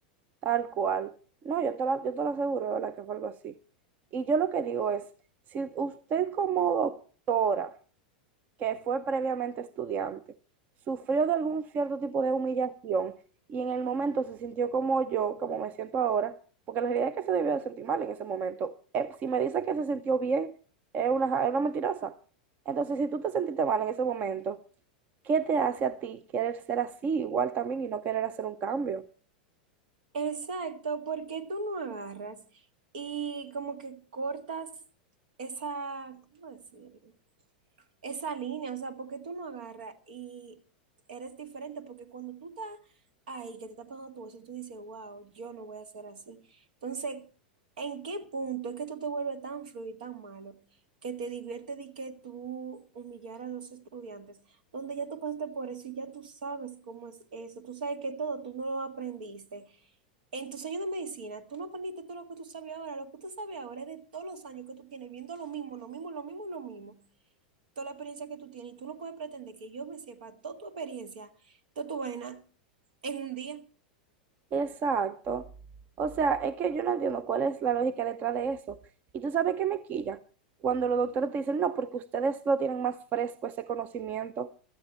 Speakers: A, on the right; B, on the right.
A: Tal cual. No, yo te la- yo te lo aseguro, de ¿verdad? Que fue algo así. Y yo lo que digo es, si usted como doctora, que fue previamente estudiante, sufrió de algún cierto tipo de humillación y en el momento se sintió como yo, como me siento ahora, porque la realidad es que se debió de sentir mal en ese momento. Eh, si me dice que se sintió bien, es una, ja- es una mentirosa. Entonces, si tú te sentiste mal en ese momento, ¿qué te hace a ti querer ser así igual también y no querer hacer un cambio?
B: Exacto, porque tú no agarras y como que cortas esa, ¿cómo decirlo? esa línea, o sea, ¿por qué tú no agarras y eres diferente? Porque cuando tú estás ahí, que te estás pagando tu eso, tú dices, wow, yo no voy a ser así. Entonces, ¿en qué punto es que tú te vuelves tan frío y tan malo que te divierte de que tú humillar a los estudiantes, donde ya tú pasaste por eso y ya tú sabes cómo es eso, tú sabes que todo, tú no lo aprendiste. En tus años de medicina, tú no aprendiste todo lo que tú sabes ahora, lo que tú sabes ahora es de todos los años que tú tienes viendo lo mismo, lo mismo, lo mismo y lo mismo toda la experiencia que tú tienes y tú no puedes pretender que yo me sepa toda tu experiencia, toda tu vaina en un día.
A: Exacto. O sea, es que yo no entiendo cuál es la lógica detrás de eso. Y tú sabes que me quilla cuando los doctores te dicen, no, porque ustedes lo tienen más fresco ese conocimiento.